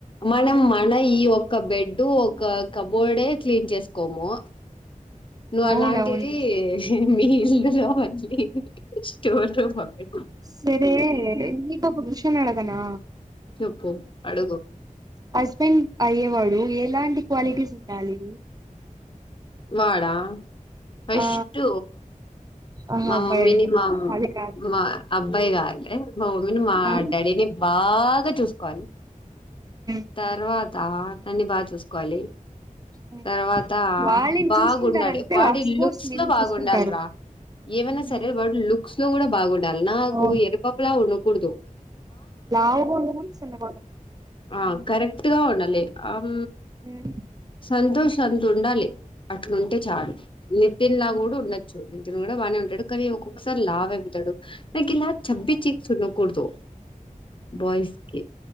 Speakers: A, on the left; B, on the right.
A: మనం మన ఈ ఒక్క బెడ్డు ఒక కబోర్డే క్లీన్ చేస్ కొము నువ్వు
B: అవునవును
A: అలాంటిది
B: నిజమే అది
A: మీ ఇల్లులో మళ్ళీ స్టోర్ రూమ్ ఒకటి
B: సరే నీకు ఒక క్వెస్టన్ అడుగనా
A: చెప్పు అడుగు
B: హస్బెండ్ అయ్యేవాడు ఎలాంటి క్వాలిటీస్ ఉండాలి
A: వాడా ఫస్ట్
B: ఆ ఆహా
A: మా
B: అబ్బాయి
A: మమ్మీని
B: అయ్యేవాడు
A: మా
B: అది కాదు
A: మా అబ్బాయి కావాలే మా మమ్మీని మా
B: ఆ
A: డాడీని బాగ్ గా చూసుకోవాలి
B: ఉమ్,
A: తర్వా త అతన్ని బా చూస్ కోవాలి
B: ఉమ్.
A: తర్వాత
B: వాళ్ళని
A: బాగుండాలి
B: చూసుకుంటారంటే
A: వాడి
B: అఫ్ కోర్స్
A: లుక్స్
B: నిన్ను
A: లో బాగుండాలిరా
B: చూసుకుంటారు
A: ఏమైనా
B: మ్మ్
A: సరే వాడి లుక్స్ లో కూడా బాగుండాలి నాకు
B: ఓ
A: ఎరుపప్పులా ఉ కుడుదు
B: లావుగా ఉండకూడదు సన్నగా ఉండకూడదు
A: ఆ కరెక్ట్ గా ఉండాలి అం
B: మ్మ్
A: సంతోష్ అంత ఉండాలి అట్లుంటే చాలు నితిన్ లా కూడా
B: మ్మ్
A: ఉండొచ్చు నీతిన్ కూడా బానే ఉంటాడు కని ఒక్కొక్కసారి లావు అయిపోతాడు నాకు ఇలా చబ్బీ చిక్స్ఉండకూడదు బాయ్స్ కి